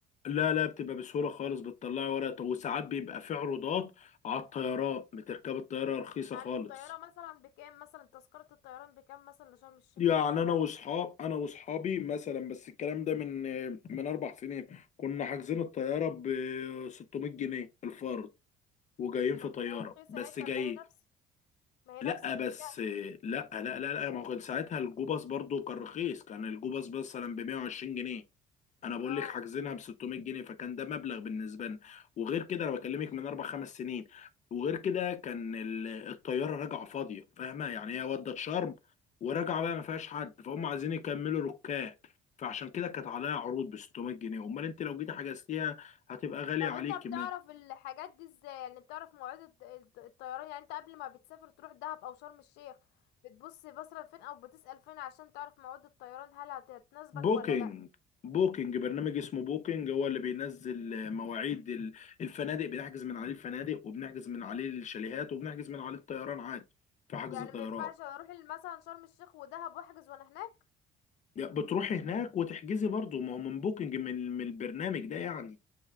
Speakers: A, on the left; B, on the left.
A: لا لا بتبقى بسهوله خالص بتطلعي ورقه وساعات بيبقى في عروضات على الطيران بتركب الطياره رخيصه
B: يعني
A: خالص
B: الطيارة مثلا بكام مثلا تذكرة الطيران بكام مثلا لشرم الشيخ
A: يعني
B: من القاهرة
A: انا واصحاب انا واصحابي مثلا بس الكلام ده من من اربع سنين كنا حاجزين الطياره ب 600 جنيه الفرد وجايين في
B: طب ما
A: طياره
B: هي رخيصة
A: بس
B: اهي طب
A: جايين
B: ما هي نفس ما هي
A: لا
B: نفس البتاع
A: بس لا لا لا لا ما كان ساعتها الجوباس برضو كان رخيص كان الجوباس مثلا ب 120 جنيه انا بقول
B: اه
A: لك حاجزينها ب 600 جنيه فكان ده مبلغ بالنسبه لنا وغير كده انا بكلمك من اربع خمس سنين وغير كده كان ال- الطياره راجعه فاضيه فاهمه يعني هي ودت شرم وراجعه بقى ما فيهاش حد فهم عايزين يكملوا ركاب فعشان كده كانت عليها عروض ب 600 جنيه امال انت لو جيتي حجزتيها هتبقى غاليه
B: طب
A: عليك
B: انت بتعرف الحاجات دي ازاي يعني بتعرف مواعيد الط- الط- الطيران يعني انت قبل ما بتسافر تروح دهب او شرم الشيخ بتبص مثلا فين او بتسأل فين عشان تعرف مواعيد الطيران هل هت- هتناسبك
A: بوكينج
B: ولا لا
A: بوكينج برنامج اسمه بوكينج هو اللي بينزل مواعيد ال- الفنادق بنحجز من عليه الفنادق وبنحجز من عليه الشاليهات وبنحجز من عليه الطيران عادي في حجز
B: يعني
A: طيران
B: ما ينفعش اروح مثلا شرم الشيخ ودهب واحجز وانا هناك
A: يا بتروحي هناك وتحجزي برضه ما هو من بوكينج من من البرنامج ده يعني